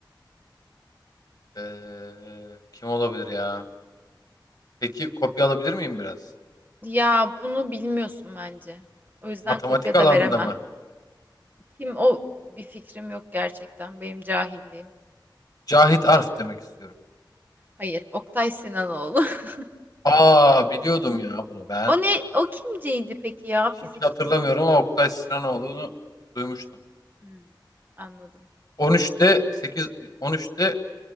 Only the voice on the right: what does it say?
Ya bunu bilmiyorsun bence. O yüzden
kopya
da veremem.
Kim o bir fikrim yok gerçekten. Benim cahilliğim.
Hayır, Oktay Sinanoğlu. <laughs>
O ne? O kimciydi peki ya?
Fizik
kimya.
Hmm, anladım.